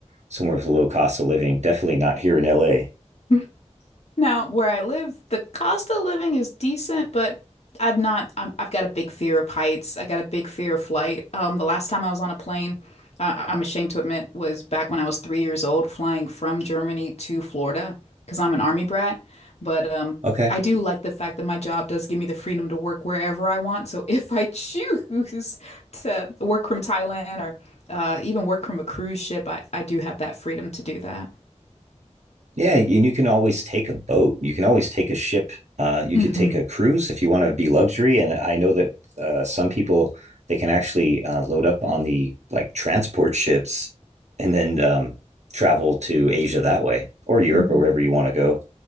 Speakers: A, on the right; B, on the left.
A: somewhere with low cost of living. Definitely not here in LA.
B: <laughs> Now, where I live, the cost of living is decent, but I'm not, I'm, I've got a big fear of heights. I got a big fear of flight. Um, the last time I was on a plane, uh, I'm ashamed to admit, was back when I was three years old, flying from Germany to Florida because I'm an army brat. But um,
A: Okay.
B: I do like the fact that my job does give me the freedom to work wherever I want. So <laughs> if I choose to work from Thailand or uh, even work from a cruise ship, I, I do have that freedom to do that.
A: Yeah, and you can always take a boat. You can always take a ship. Uh, you
B: Mhm,
A: could take a cruise if you want to be luxury. And I know that uh, some people they can actually uh, load up on the like transport ships and then um, travel to Asia that way or Europe
B: mhm.
A: or wherever you want to go.